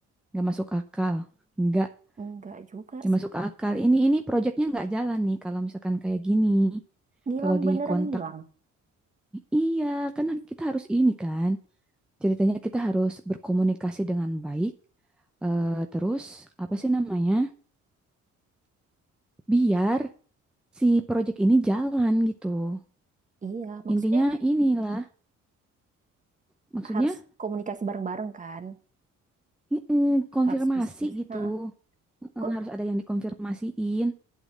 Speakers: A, in the centre; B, on the right (about 25°).
A: nggak masuk akal. Nggak,
B: Enggak juga
A: nggak
B: sih.
A: masuk akal. Ini ini proyeknya nggak jalan nih kalau misalkan kayak gini.
B: Ngilang
A: Kalau di
B: beneran
A: kontak,
B: ngilang.
A: iya kan kita harus ini kan. Ceritanya kita harus berkomunikasi dengan baik. Eh, terus apa sih namanya? Biar si proyek ini jalan gitu.
B: Iya, maksudnya
A: Intinya inilah, maksudnya
B: harus komunikasi bareng-bareng kan?
A: mm, mm, konfirmasi
B: Harus diskusi.
A: gitu.
B: Nah,
A: Heeh,
B: kok
A: harus ada yang dikonfirmasiin,